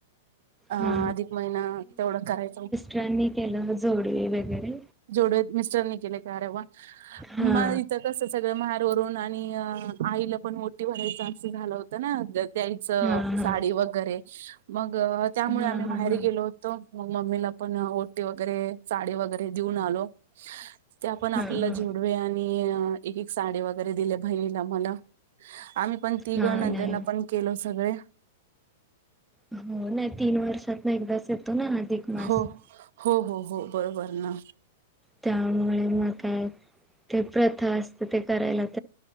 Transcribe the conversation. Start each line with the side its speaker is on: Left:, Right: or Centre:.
Right: अ
Centre: हा
Right: अधिक महिना तेवढा करायचं
Centre: ्रांनी केलं जोडवे वगैरे
Right: जोडत मिस्टर केले का अरेवा
Centre: हा
Right: म इथ कस व महार वरून आणि आईला पण मोठी भरायचास झाला होत ना द्यायचं
Centre: हा
Right: साडी
Centre: हा
Right: वगैरे मग त्यामुळे
Centre: हा
Right: आम्ही
Centre: हा
Right: बाहेर
Centre: हा
Right: गेलो होतो. मग मम्मीला पण ओटी वगैरे साडी वगैरे देऊन आलो. ते आपण आपल्याला
Centre: हा हा
Right: जोडवे आणि एक, एक साडी वगैरे दिले बहिणीला, मला - आम्ही पण तिघं
Centre: हा
Right: नंदला
Centre: नाही
Right: त्यांना पण केलो सगळे.
Centre: हो नाही तीन वर्षात ना एकदाच येतो ना अधिक मास
Right: हो.
Centre: -
Right: हो हो हो बरोबर ना!
Centre: त्यामुळे मग काय ते प्रथा असते ते करायला लागत